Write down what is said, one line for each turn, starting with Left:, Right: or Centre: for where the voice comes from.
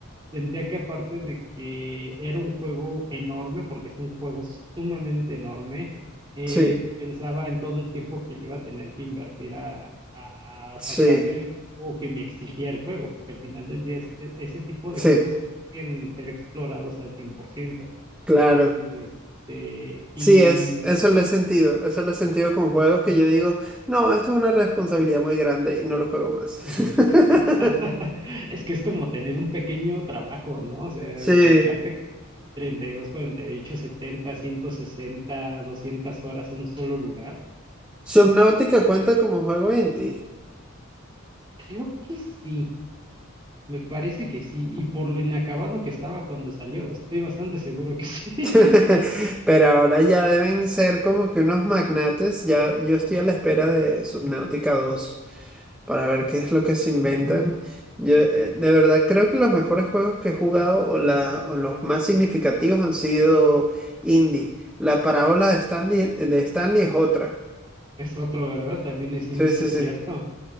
Right: Sentía que aparte de que era un juego enorme, porque es un juego sumamente enorme, eh,
Centre: sí,
Right: pensaba en todo el tiempo que le iba a tener que invertir a, a- a
Centre: sí,
Right: sacarle el juego que me exigía el juego, porque al final del día es- e- ese tipo de
Centre: sí,
Right: juegos exigen ser explorados al cien por ciento
Centre: claro.
Right: Y este, y
Centre: Sí, es, eso lo he sentido, eso lo he sentido con juegos que yo digo, no, esto es una responsabilidad muy grande y no lo juego más.
Right: <laughs>
Centre: <laughs>
Right: Es que es como tener un pequeño trabajo, ¿no? O sea, dedicarte
Centre: Sí,
Right: 32, 48, 160, 200 horas a un solo lugar?
Centre: Subnautica cuenta como juego indie,
Right: Creo que sí, me parece que sí, y por lo inacabado que estaba cuando salió, estoy bastante seguro que sí. <laughs>
Centre: <laughs> pero ahora ya deben ser como que unos magnates, ya yo estoy a la espera de Subnautica dos. para ver qué es lo que se inventan. Yo eh, de verdad creo que los mejores juegos que he jugado o, la, o los más significativos han sido indie. La parábola de Stanley, de Stanley es otra.
Right: Es otro, ¿verdad? También es
Centre: Sí,
Right: índice
Centre: sí,
Right: cierto.
Centre: sí.